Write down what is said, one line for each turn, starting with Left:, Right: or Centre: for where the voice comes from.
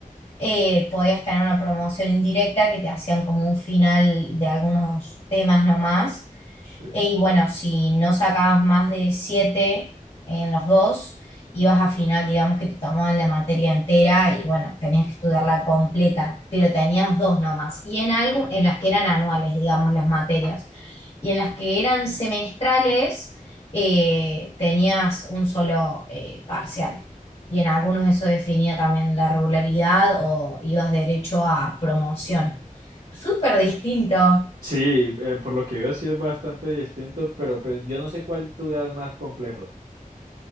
Left: eh, podías tener una promoción indirecta que te hacían como un final de algunos temas nomás.
Right: sí.
Left: Eh, Y bueno, si no sacabas más de 7 en los dos, ibas a final, digamos que te tomaban la materia entera y bueno, tenías que estudiarla completa, pero tenías dos nomás. Y en algo, en las que eran anuales, digamos, las materias. Y en las que eran semestrales, eh, tenías un solo eh, parcial. Y en algunos eso definía también la regularidad o ibas derecho a promoción. Súper distinto.
Right: Sí, eh, por lo que veo sí es bastante distinto, pero pues yo no sé cuál tú veas más complejo.